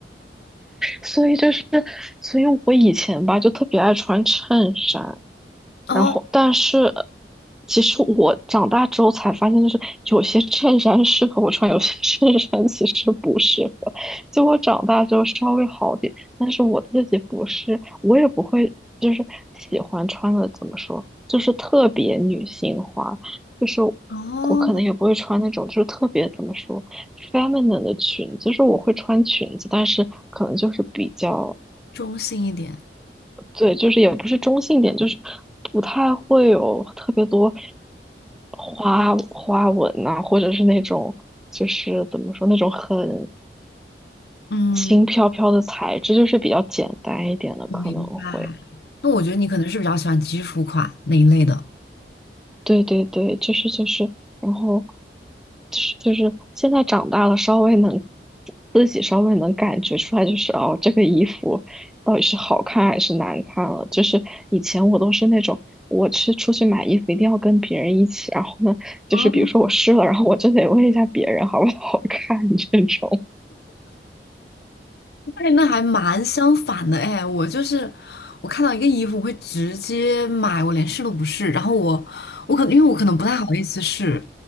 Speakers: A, in the centre; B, on the left.
A: 所以就是所以我以前吧就特别爱穿衬衫。
B: 哦
A: 然后，但是其实我长大之后才发现，就是有些衬衫适合我穿，有些 <laughs> 衬衫其实不适合。就我长大之后稍微好点，但是我自己不是，我也不会就是喜欢穿的怎么说，就是特别女性化，就是
B: 哦，
A: 我可能也不会穿那种就是特别怎么说 feminine 的裙子，就是我会穿裙子，但是可能就是比较。
B: 中性一点。
A: 对，就是也不是中性点，就是不太会有特别多花花纹呐、或者是那种就是怎么说那种很
B: 嗯，
A: 轻飘飘的材质，就是比较简单一点的可能会。
B: 我明白。那我觉得你可能是比较喜欢基础款那一类的。
A: 对对对，就是就是，然后就是就是现在长大了，稍微能自己稍微能感觉出来，就是哦，这个衣服到底是好看还是难看了。就是以前我都是那种，我去出去买衣服一定要跟别人一起，然后呢，就是比如说我试了，
B: 哦，
A: 然后我就得问一下别人好不好看这种。
B: 哎，那还蛮相反的哎，我就是我看到一个衣服我会直接买，我连试都不试，然后我我可能因为我可能不太好意思试，